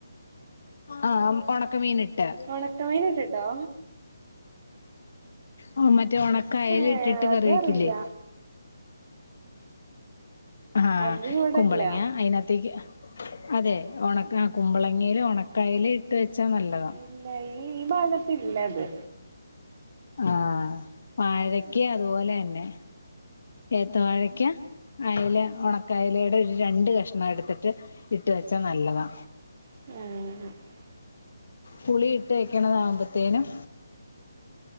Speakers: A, on the left; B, on the right.
A: ആ ഒണക്കമീന്ട്ട്
B: ഒണക്കമീന്ട്ട്ട്ടോ?
A: ഓ മറ്റേ ഒണക്ക അയ്ല
B: ഏ
A: ഇട്ടിട്ട്
B: അതറിയില്ല
A: കറി വെയ്ക്കില്ലേ? അഹാ
B: അത് ഇവിടില്ല
A: കുമ്പളങ്ങ്യ അയ്നക് ത്തേയ്ക്ക് അതെ ഒണക്ക ആ കുമ്പളങ്ങേല് ഒണക്കയില ഇട്ട് വെച്ചാ നല്ലതാ.
B: ഇല്ല ഈ ഭാഗത്തില്ലത്.
A: ആ വാഴക്കീ അതുപോലെ എന്നെ ഏത്ത വാഴക്ക്യാ അയല ഒണക്ക അയിലേടെ ഒരു രണ്ട് കഷ്ണം ഇടുത്തിട്ട് ഇട്ട് വെച്ചാ നല്ലതാ.
B: <unintelligible>
A: പുളി ഇട്ട് വയ്ക്കണതാവുമ്പത്തേനും